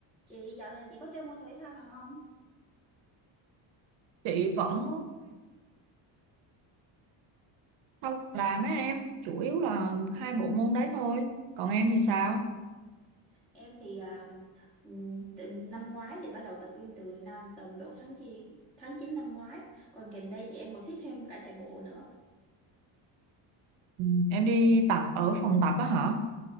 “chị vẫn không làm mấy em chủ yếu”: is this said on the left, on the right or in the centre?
Right